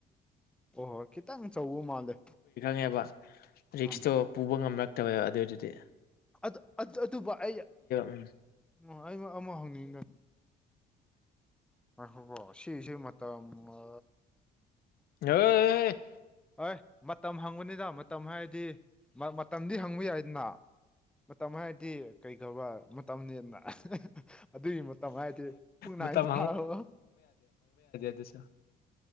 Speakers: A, in the centre; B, on the left.
A: ꯑꯣ ꯍꯣꯏ ꯈꯤꯇꯪ ꯆꯧꯕ ꯃꯥꯜꯂꯦ꯫
B: ꯅꯦꯕ ꯔꯤꯛꯁꯇꯣ
A: ꯎꯝ
B: ꯄꯨꯕ ꯉꯝꯅ ꯇꯥꯕ ꯑꯗꯨꯏꯗꯨꯗꯤ
A: ꯑꯗꯨ ꯑꯗꯨꯕꯨ ꯑꯩ꯫
B: ꯎꯝ
A: ꯎꫭ ꯑꯩ ꯑꯃ ꯍꯪꯅꯤꯡꯗ ꯉꯏꯈꯣꯀꯣ ꯁꯤꯁꯦ ꯃꯇꯝ ꯃꯥ
B: ꯍꯩ
A: ꯑꯥꯏ ꯃꯇꯝ ꯍꯪꯕꯅꯤꯗ ꯃꯇꯝ ꯍꯥꯏꯔꯗꯤ ꯃꯇꯝꯗꯤ ꯍꯪꯕ ꯌꯥꯏꯗꯅ ꯃꯇꯝ ꯍꯥꯏꯔꯗꯤ ꯀꯩꯒꯧꯕ ꯃꯇꯝꯅꯦꯅ꯫ ꯑꯗꯨꯒꯤ ꯃꯇꯝ ꯍꯥꯏꯗꯤ ꯄꯨꯡ ꯅꯥꯏꯅ
B: ꯃꯇꯝ
A: ꯇꯔꯕꯣ
B: ꯑꯗꯨ <unintelligible>